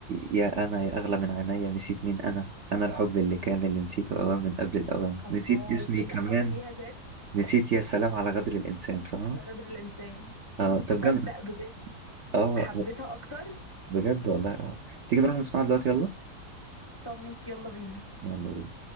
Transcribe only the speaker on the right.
يا أنا يا أغلى من عينيا نسيت مين أنا أنا الحب اللي كان اللي نسيته أوان من قبل الأوان
نسيت اسمي
كمان
نسيت يا سلام على غدر الإنسان فاهمة؟
اه طب
جامد
اه
بجد والله اه تيجي نروح نسمعها دلوقتي يلا
يلا بينا